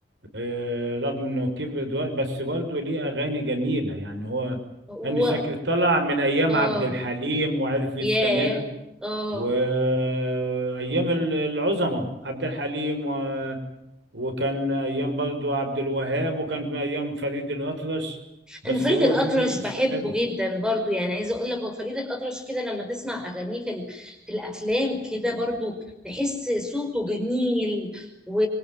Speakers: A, on the right (about 80°); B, in the centre.
A: آه، رغم انه كبر دلوقتي بس برضو ليه اغاني جميله يعني هو
B: و...
A: هاني شاكر طلع من ايام
B: اه
A: عبد الحليم وعرف يستمر
B: ياه اه
A: وايام العظماء عبد الحليم و... وكان ايام برضو عبد الوهاب وكان ايام فريد الاطرش بس
B: انا فريد
A: هو
B: الاطرش
A: فضل يستمر
B: بحبه جدا برضو يعني عايزه اقول لك هو فريد الاطرش كده لما تسمع اغانيه في ال- في الافلام كده برضو تحس صوته جميل و...